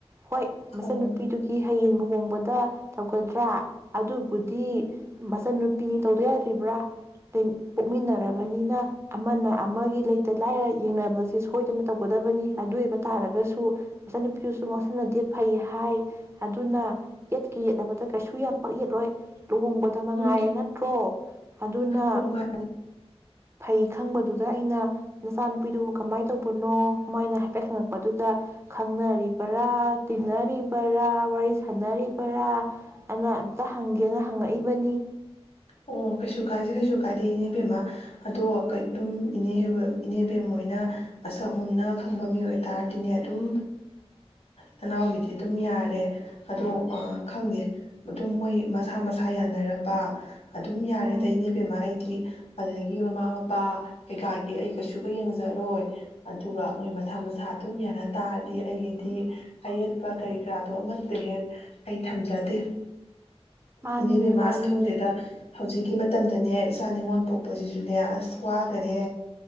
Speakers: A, on the right (about 25°); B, on the left (about 85°).
A: ꯍꯣꯏ ꯃꯆꯟꯅꯨꯄꯤꯗꯨꯒꯤ
B: ꯑꯣ
A: ꯍꯌꯦꯡꯕꯨ ꯍꯣꯡꯕꯗ ꯇꯧꯒꯗ꯭ꯔꯥ ꯑꯗꯨꯕꯨꯗꯤ ꯃꯆꯟꯟꯅꯨꯄꯤꯅꯤ ꯇꯧꯗ ꯌꯥꯗ꯭ꯔꯤꯕ꯭ꯔꯥ ꯄꯣꯛꯃꯤꯟꯅꯔꯕꯅꯤꯅ ꯑꯃꯅ ꯑꯃꯒꯤ ꯂꯩꯇ ꯂꯥꯏꯔ ꯌꯦꯡꯅꯕꯁꯦ ꯁꯣꯏꯗꯅ ꯇꯧ ꯀꯗꯕꯅꯤ ꯑꯗꯨ ꯑꯣꯏꯕ ꯇꯥꯔꯒꯁꯨ ꯃꯆꯟꯅꯨꯄꯤꯗꯨꯁꯨ ꯉꯥꯡꯁꯤꯟꯅꯗꯦ ꯐꯩ ꯍꯥꯏ ꯑꯗꯨꯅ ꯌꯦꯠꯀ ꯌꯦꯠꯂꯅꯕꯗ ꯀꯩꯁꯨ ꯌꯥꯝ ꯄꯛ ꯌꯦꯠꯂꯣꯏ ꯂꯨꯍꯣꯡꯕꯗ ꯃꯉꯥꯏꯌꯦꯦ
B: ꯎꯝ
A: ꯅꯠꯇ꯭ꯔꯣ ꯑꯗꯨꯅ
B: ꯑꯣ ꯚꯥꯏ
A: ꯐꯩ ꯈꯪꯕꯗꯨꯗ ꯑꯩꯅ ꯅꯆꯥꯅꯨꯄꯤꯗꯨꯕꯨ ꯀꯃꯥꯏꯅ ꯇꯧꯕꯅꯣ ꯃꯣꯏꯅ ꯍꯥꯏꯐꯦꯠ ꯍꯪꯉꯛꯄꯗꯨꯗ ꯈꯪꯅꯔꯤꯕ ꯔꯥ ꯇꯤꯟꯅꯔꯤꯕꯔꯥ ꯋꯥꯔꯤ ꯁꯅ ꯄꯨꯔ ꯑꯗꯨꯅ ꯇ ꯍꯪꯒꯦꯅ ꯍꯪꯉꯛꯏꯕꯅꯤ
B: ꯑꯣ ꯀꯩꯁꯨ ꯀꯥꯏꯁꯦ ꯀꯩꯁꯨ ꯀꯥꯏꯗꯦ ꯏꯅꯦꯕꯦꯝꯃ ꯑꯗꯣ ꯑꯗꯨꯝ ꯏꯅꯦꯕ ꯏꯅꯦꯕꯦꯝꯣꯏꯅ ꯃꯁꯛ ꯃꯨꯟꯅ ꯈꯪꯕ ꯃꯤ ꯑꯣꯏꯇꯥꯔꯗꯤꯅꯦ ꯑꯗꯨꯝ ꯅꯅꯥꯎꯒꯤꯗꯤ ꯑꯗꯨꯝ ꯌꯥꯔꯦ ꯑꯗꯣ ꯈꯪꯗꯦ ꯑꯗꯨꯝ ꯃꯣꯏ ꯃꯁꯥ ꯃꯁꯥ ꯌꯥꯅꯔꯕ ꯑꯗꯨꯝ ꯌꯥꯔꯦꯗꯩꯅꯦꯕꯦꯝꯃꯥ
A: ꯎꯝ
B: ꯑꯩꯗꯤ ꯑꯗꯨꯗꯒꯤ ꯃꯃꯥ ꯃꯄꯥ ꯀꯩꯀꯥꯒꯤ ꯑꯩ ꯀꯩꯁꯨꯒ ꯌꯦꯡꯖꯔꯣꯏ ꯑꯗꯨꯒ ꯃꯣꯏ ꯃꯁꯥ ꯃꯁꯥ ꯑꯗꯨꯝ ꯌꯥꯅ ꯇꯥꯔꯗꯤ ꯑꯩꯒꯤꯗꯤ ꯑꯌꯦꯠꯄ ꯀꯔꯤ ꯀꯔꯥꯗꯣ ꯑꯃꯠꯇ ꯍꯦꯛ ꯑꯩ ꯊꯝꯖꯗꯦ
A: ꯃꯥꯅꯤꯅꯦ
B: ꯏꯅꯦ ꯕꯦꯝꯃ
A: ꯃꯥꯅꯤꯅꯦ
B: ꯑꯁ ꯈꯪꯗꯦꯗ ꯍꯧꯖꯤꯛꯀꯤ ꯃꯇꯝꯗꯅꯦ ꯏꯁꯥ ꯅꯤꯉꯣꯜ ꯄꯣꯛꯄꯁꯤꯁꯨꯅꯦ ꯑꯁ ꯋꯥꯈꯔꯦ